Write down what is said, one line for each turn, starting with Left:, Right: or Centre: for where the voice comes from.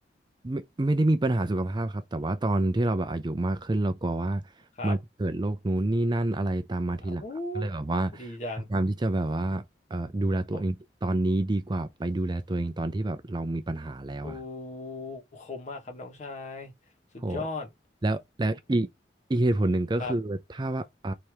Right: ไม่ไม่ได้มีปัญหาสุขภาพครับแต่ว่าตอนที่เราแบบอายุมากขึ้นเรากลัวว่า
Left: ครับ
Right: มันจะเกิดโรคนู้นนี่นั่นอะไรตามมาทีหลังครับก็เลยแบบว่า
Left: อ้าววู้ดีจัง
Right: พยายามที่จะแบบว่าเอ่อดูแลตัวเองตอนนี้ดีกว่าไปดูแลตัวเองตอนที่แบบเรามีปัญหาแล้วอะ
Left: ปองอูคมมากครับน้องชายสุดยอด
Right: โหแล้วแล้วอีกอีกเหตุผลหนึ่งก็คือถ้าว่าอ่า
Left: <laughs> ครับ